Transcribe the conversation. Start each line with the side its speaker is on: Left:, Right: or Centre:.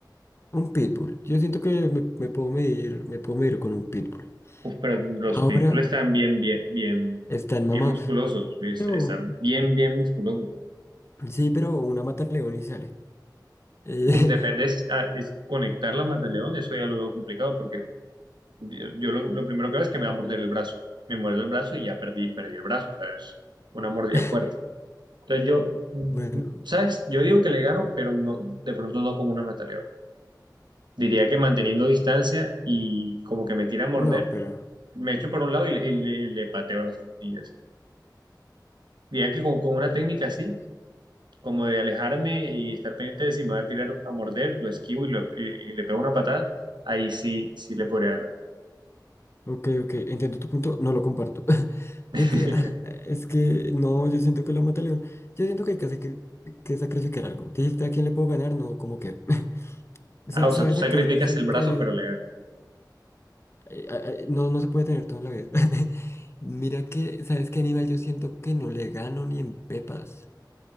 Left: Un pitbull, yo siento que me, me puedo medir, me puedo medir con un pitbull.
Right: Uf, pero los
Left: Ahora
Right: pitbull están bien, bien, bien,
Left: están
Right: bien
Left: mamados,
Right: musculosos, ¿viste?
Left: pero,
Right: Están bien, bien musculosos.
Left: sí, pero una mata al león y sale. Eh,
Right: Uf, depende, es, ah, es conectar la más de león, eso ya lo veo complicado porque yo, yo lo, lo primero que veo es que me va a morder el brazo. Me muerde el brazo y ya perdí, perdí el brazo, o sea, es una mordida
Left: <laughs>
Right: fuerte. Entonces yo, mm,
Left: bueno,
Right: ¿sabes? Yo digo que le gano, pero no, de pronto no con una mataleón. Diría que manteniendo distancia y como que me tira a morder,
Left: no, pero...
Right: me echo por un lado y le, y le- y le pateo las costillas. Diría que con, con una técnica
Left: eh,
Right: así, como de alejarme y estar pendiente de si me va a tirar a morder, lo esquivo y, lo- y- y le pego una patada, ahí sí, sí le podría ganar.
Left: Ok, ok, entiendo tu punto, no lo comparto. <laughs>
Right: <laughs>
Left: Es que, ah, es que, no, yo siento que lo mata león. Yo siento que hay casi que, que sacrificar algo. Dijiste a quién le puedo ganar, no, como que. <laughs> O sea,
Right: Ah, o
Left: ¿sabes
Right: sea, tú sacrificas
Left: a qué animal siento
Right: el brazo,
Left: que
Right: pero le ganas.
Left: eh, a- a- no, no se puede tener toda la vida? <laughs> Mira que, ¿sabes qué animal yo siento que no le gano ni en pepas